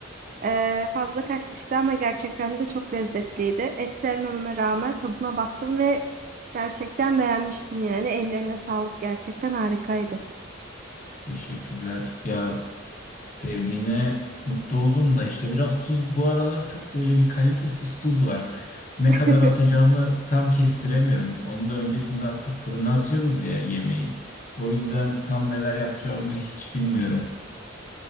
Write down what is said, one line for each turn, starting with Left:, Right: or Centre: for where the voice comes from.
Right: Ee, fazla kaçmıştı ama gerçekten de çok lezzetliydi. Et sevmememe rağmen tadına baktım ve gerçekten beğenmiştim yani. Ellerine sağlık gerçekten harikaydı.
Left: Teşekkürler. Ya sevdiğine mutlu oldum da işte biraz tuz bu aralar çok böyle bir kalitesiz tuz var. Ne
Right: <laughs>
Left: kadar atacağımı tam kestiremiyorum. Onu da öncesinde atıp fırına atıyoruz ya yemeği. O yüzden tam neler yapacağımı hiç bilmiyorum.